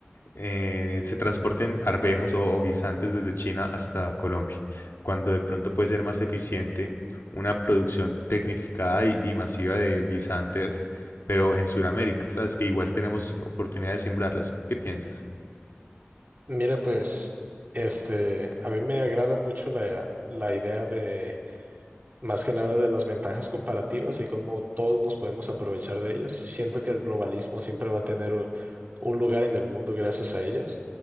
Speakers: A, on the left (about 70°); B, on the right (about 45°).
A: eh, se transporten arvejas o, o guisantes desde China hasta Colombia, cuando de pronto puede ser más eficiente una producción tecnificada y, y masiva de guisantes, pero en Sudamérica, ¿sabes? Que igual tenemos oportunidad de sembrarlas. ¿Qué piensas?
B: Mira, pues, este, a mí me agrada mucho la, la idea de Más que nada de las ventajas comparativas y cómo todos nos podemos aprovechar de ellas. Siento que el globalismo siempre va a tener u- un lugar en el mundo gracias a ellas.